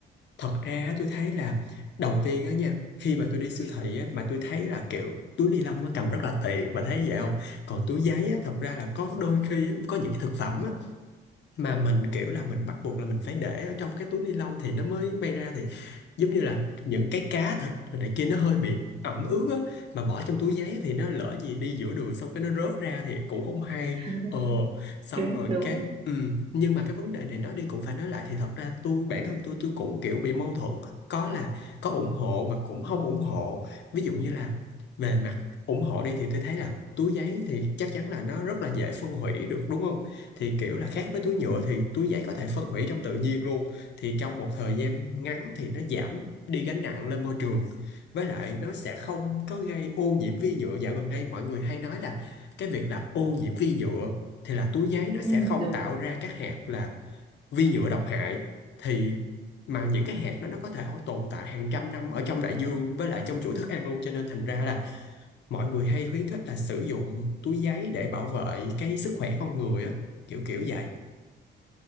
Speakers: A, on the left; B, on the right.
A: Thật ra á, tôi thấy là đầu tiên á nha, khi mà tôi đi siêu thị á, mà tôi thấy là kiểu túi ni lông nó cầm rất là tiện, và thấy vậy không? Còn túi giấy á, thật ra là có đôi khi á, có những cái thực phẩm á, mà mình kiểu là mình bắt buộc là mình phải để ở trong cái túi ni lông thì nó mới bay ra thì giống như là những cái cá thịt rồi này kia nó hơi bị ẩm ướt á mà bỏ trong túi giấy thì nó lỡ gì đi giữa đường xong cái nó rớt ra thì cũng không hay
B: <laughs>
A: ờ xong
B: đúng
A: rồi
B: đúng
A: cái ừ. nhưng mà cái vấn đề này nói đi cũng phải nói lại thì thật ra tôi bản thân tôi tôi cũng kiểu bị mâu thuẫn có là có ủng hộ mà cũng không ủng hộ ví dụ như là về mặt ủng hộ đi thì tôi thấy là túi giấy thì chắc chắn là nó rất là dễ phân hủy được đúng không thì kiểu là khác
B: đúng
A: với túi nhựa thì túi giấy có thể phân hủy trong tự nhiên luôn thì trong một thời gian ngắn thì nó giảm đi gánh nặng lên môi trường với lại nó sẽ không có gây ô nhiễm vi nhựa dạo gần đây mọi người hay nói là cái việc là ô nhiễm vi nhựa thì là túi giấy nó sẽ
B: ừ,
A: không
B: đúng
A: tạo ra các hạt là vi nhựa độc hại thì mà những cái hạt đó nó có thể hô- tồn tại hàng trăm năm ở trong đại dương với lại trong chuỗi thức ăn luôn cho nên thành ra là mọi người hay khuyến khích là sử dụng túi giấy để bảo vệ cái sức khỏe con người á kiểu kiểu vậy